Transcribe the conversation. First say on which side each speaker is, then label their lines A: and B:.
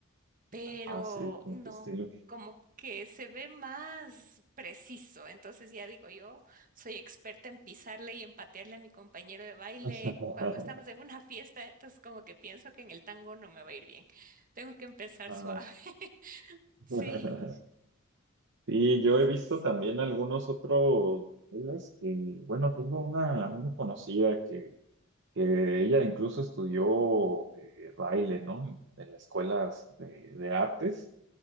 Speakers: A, on the right; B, on the right.
A: pero
B: Ah, sí, ¿cómo
A: no,
B: qué estilo?
A: como que se ve más preciso. Entonces ya digo, yo soy experta en pisarle y en patearle a mi compañero de baile
B: <laughs>
A: cuando estamos en una fiesta, entonces como que pienso que en el tango no me va a ir bien. Tengo que empezar
B: Ajá.
A: suave. <laughs> Sí,
B: <laughs> Sí, yo
A: sí,
B: he visto
A: sí.
B: también algunos otros, ¿sabes? que, bueno, tengo una, una conocida que, que ella incluso estudió eh, baile, ¿no? En las escuelas de, de artes,